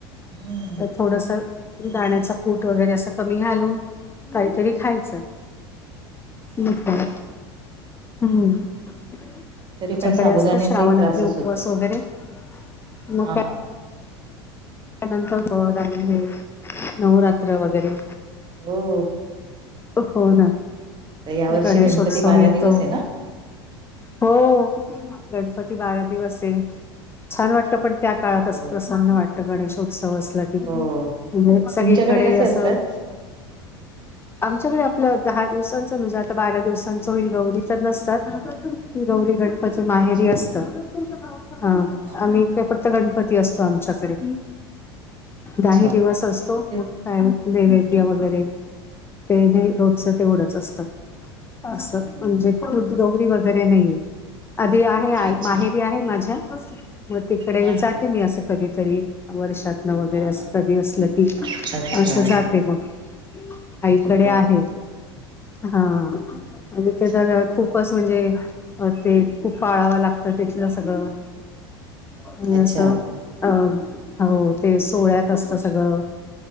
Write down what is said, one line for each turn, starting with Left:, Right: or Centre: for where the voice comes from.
Right: हम्म
Left: तर थोडस दाण्याचं कूट कुट वगैरे असं कमी घालून काहीतरी खायचं.
Right: हम्म
Left: मी पण हम्म आमच्याकडे
Right: तरी पण साबुदाण्याचाही
Left: असतात श्रावणातले
Right: त्रासच
Left: उपवास
Right: होतो
Left: वगैरे मग
Right: हा
Left: काय?
Right: हा
Left: त्यानंतर <unintelligible> नवरात्र वगैरे
Right: हो
Left: हो ना
Right: आता या वर्षी
Left: गणेशोत्सव
Right: गणपती बारा
Left: येतो
Right: दिवस आहे ना
Left: हो गणपती बारा दिवस आहे छान वाटत पण त्या काळात
Right: हो
Left: असं प्रसन्न वाटतं गणेशोत्सव अस ला की
Right: हो
Left: म्हणजे सगळीकडे
Right: तुमच्याकडे कसे
Left: असं
Right: असतात
Left: आमच्याकडे आपलं दहा दिवसांचं म्हणजे आता बारा दिवसांचं होईल गौरी तर नस तात
Right: हा हा
Left: गौरी गणपती माहेरी
Right: अच्छा
Left: असतं हा आम्ही
Right: हा
Left: इथे
Right: हा.
Left: फक्त चा गणपती असतो आमच्याकडे
Right: अच्छा.
Left: दाही दिवस असतो
Right: ते
Left: मग काय नैवेद्य
Right: हा
Left: वगैरे
Right: हा हम्म
Left: ते नही रोजचं तेवढंच असतं अस म्हणजे
Right: हम्म हम्म
Left: गौरी वगैरे नाहीये आधी आ हे
Right: अच्छा
Left: माहेरी आहे माझ्या मग तिकडे
Right: हा
Left: जाते
Right: हा
Left: मी अस कधीतरी वर्षात तणं वगैरे
Right: हा
Left: असं
Right: हा.
Left: कधी असलं की
Right: अच्छा हा
Left: असं जाते मग आईकडे
Right: हो
Left: आहे हा आणि
Right: अच्छा
Left: तिकलं खूप असं म्हणजे ते खूप पाळावं लागतं तिथलं सगळं आणि
Right: अच्छा
Left: असं अ हो ते सोळ्यात असत सगळं